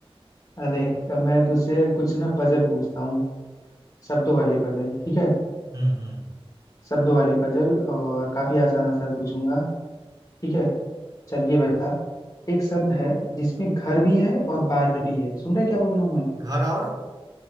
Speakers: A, on the left; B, on the right.
A: अरे मैं तुझसे कुछ ना पजल पूछता हूँ शब्दों वाले पजल ठीक है
B: हम्म हम्म
A: शब्द वाले पजल और काफी आसान आसान पूछूंगा ठीक है चल ये बता एक शब्द है जिसमें घर भी है और बार भी है सुन रहा है क्या बोल रहा हूँ मैं
B: घर और